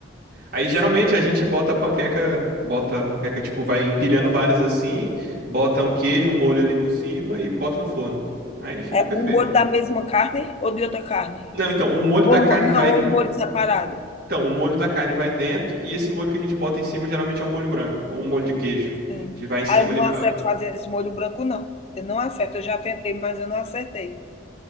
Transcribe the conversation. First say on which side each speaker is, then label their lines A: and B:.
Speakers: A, on the right; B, on the left.
A: Aí
B: sim.
A: geralmente a gente bota a panqueca, bota a panqueca tipo vai empilhando várias assim, bota um queijo, um molho ali por cima e bota no forno. Aí fica
B: É
A: perfeito.
B: o molho da mesma carne ou de outra carne?
A: Não, então o molho
B: Ou,
A: da carne
B: mo- não,
A: vai,
B: ou o molho separado.
A: então o molho da carne vai dentro e esse molho que a gente bota em cima geralmente é um molho branco ou um molho de queijo
B: Sim.
A: que vai em cima
B: Ah, eu
A: ali
B: não
A: pra...
B: acerto fazer esse molho branco, não. Eu não acerto, eu já tentei, mas eu não acertei.